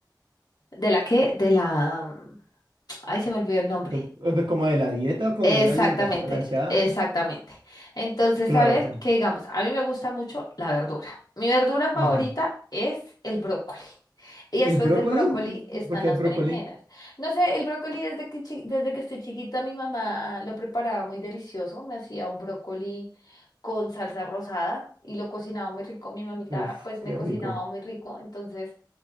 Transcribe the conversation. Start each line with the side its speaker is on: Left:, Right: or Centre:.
Left: ¿De la qué? De la... Ay, se me olvidó el nombre.
Right: Pues, eh, pues como de la dieta, como
Left: Exactamente,
Right: de una alimentación balanceada.
Left: exactamente. Entonces,
Right: Claro.
Left: a ver, que digamos, a mí me gusta mucho la verdura. Mi verdura favorita
Right: Ujú.
Left: es el brócoli. Y
Right: El
Left: después
Right: brócoli,
Left: del brócoli están
Right: porque
Left: las
Right: el brócoli?
Left: berenjenas. No sé, el brócoli desde que, chi- desde que estoy chiquita, mi mamá lo preparaba muy delicioso. Me hacía un brócoli con salsa rosada y lo cocinaba muy rico. Mi mamita,
Right: Uf,
Left: pues,
Right: qué
Left: me cocinaba
Right: rico.
Left: muy rico. Entonces,